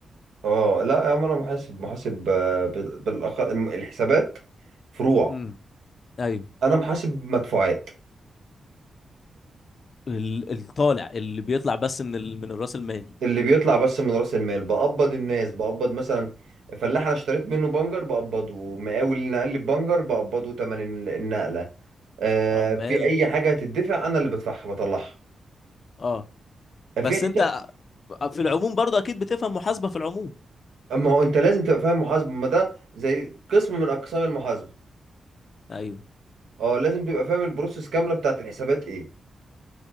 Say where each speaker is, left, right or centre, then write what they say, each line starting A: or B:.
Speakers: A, on the right (about 90°); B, on the left (about 50°).
A: اه لا يا عم انا محاسب محاسب آه، بال- بالأخ... الحسابات فروع
B: امم ايوه
A: انا محاسب مدفوعات
B: ال- الطالع اللي بيطلع بس من ال... من الراس المال
A: اللي بيطلع بس من راس المال بقبض الناس بقبض مثلا فلاح انا اشتريت منه بنجر بقبضه مقاول اللي نقل لي بنجر بقبضه تمن الن- النقله آه
B: عمال
A: في اي حاجه هتدفع انا اللي بدفعها بطلعها
B: اه
A: في
B: بس
A: حس-
B: انت آه، في العموم برضه اكيد بتفهم محاسبه في العموم
A: ما هو انت لازم تبقى فاهم محاسبه ما ده زي قسم من اقسام المحاسبه
B: ايوه
A: اه لازم تبقى فاهم البروسيس كامله بتاعت الحسابات ايه